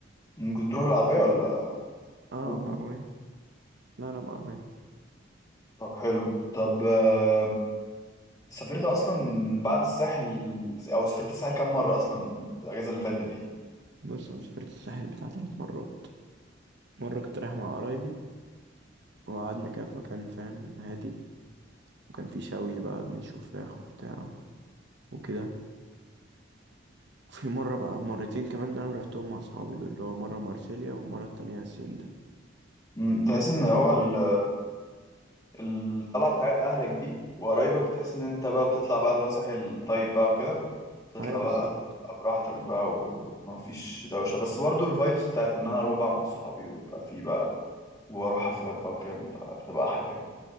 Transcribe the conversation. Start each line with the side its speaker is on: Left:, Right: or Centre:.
Left: كنت تروح العربية ولا
Right: اه
Left: أوبر؟
Right: بعربية لا لا بعربية
Left: طب حلو طب آه، سافرت اصلا بعد الساحل او سافرت الساحل كام مرة اصلا الاجازة اللي فاتت دي؟
Right: بص أنا سافرت الساحل بتاع تلات مرات مرة كنت رايح مع قرايبي وقعدنا كده في مكان فاهم هادي وكان في شوي بقى بنشوي فراخ وبتاع وكده وفي مرة بقى مرتين كمان اللي أنا روحتهم مع أصحابي دول اللي هو مرة مارسيليا والمرة التانية هاسيندا
Left: مم، تحس ان هو ال الطلعه بتاعت اهلك دي وقرايبك تحس ان انت بقى بتطلع بقى اللي هو ساحل طيب بقى وكده تطلع
Right: أيوة
Left: بقى
Right: بالظبط
Left: تبقى براحتك بقى وما فيش دوشه بس برضو الفايبس بتاعت ان انا اروح بقى مع اصحابي ويبقى في بقى واروح حفلات بقى وكده بيبقى بتبقى احلى يعني